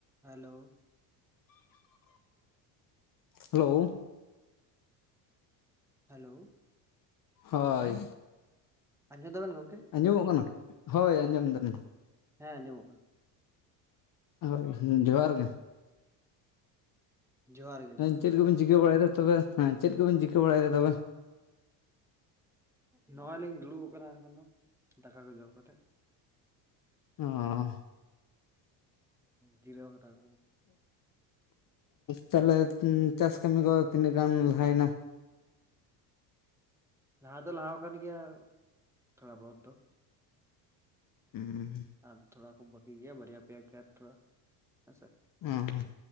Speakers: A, in the centre; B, on the left.
A: Hello
B: hello
A: hello
B: ᱦᱳᱭ
A: ᱟᱡᱚᱢ ᱫᱟᱵᱮᱱ ᱜᱚᱝᱠᱮ?
B: ᱟᱡᱚᱢᱚᱜ ᱠᱟᱱᱟ? ᱦᱳᱭ ᱟᱡᱚᱢ ᱫᱟᱞᱤᱧ ᱾
A: ᱦᱮᱸ ᱟᱡᱚᱢᱚᱜ ᱠᱟᱱᱟ
B: ᱦᱳᱭ ᱡᱚᱦᱟᱨ ᱜᱮ᱾
A: ᱡᱚᱦᱟᱨ ᱜᱮ
B: ᱞᱮᱫᱤᱧ
A: ᱡᱚᱦᱟᱨ
B: ᱪᱮᱫ
A: ᱜᱮ
B: ᱠᱚᱵᱤᱱ ᱪᱤᱠᱟᱹ ᱵᱟᱲᱟᱭᱫᱟ ᱛᱚᱵᱮ ᱦᱮᱸ ᱪᱮᱫ ᱠᱚᱵᱮᱱ ᱪᱤᱤᱠᱟᱹ ᱵᱟᱲᱟᱭᱫᱟ ᱛᱚᱵᱮ?
A: ᱱᱚᱜᱼᱚᱭ ᱞᱤᱧ ᱫᱩᱲᱩᱵ ᱠᱟᱱᱟ ᱫᱟᱠᱟ ᱠᱚ ᱡᱚᱢ ᱠᱟᱛᱮᱜ
B: ᱚᱸ
A: ᱡᱤᱨᱟᱹᱣ ᱦᱟᱛᱟᱲ
B: ᱛᱟᱦᱞᱮ ᱪᱟᱥ ᱠᱟᱹᱢᱤ ᱠᱚ ᱛᱤᱱᱟᱹᱜ ᱜᱟᱱ ᱞᱟᱦᱟᱭᱮᱱᱟ
A: ᱞᱟᱦᱟ ᱫᱚ ᱞᱟᱦᱟᱣ ᱠᱟᱱ ᱜᱮᱭᱟ ᱛᱷᱚᱲᱟ ᱵᱚᱦᱚᱛ ᱫᱚ᱾
B: ᱩᱸ
A: ᱟᱨ ᱛᱷᱚᱲᱟ ᱠᱚ ᱵᱟ. ᱠᱤ ᱜᱮᱭᱟ ᱵᱟᱨᱭᱟ ᱯᱮᱭᱟ ᱠᱷᱮᱛ ᱫᱚ ᱦᱮᱸᱥᱮ
B: ᱦᱩᱸ ᱦᱩᱸ,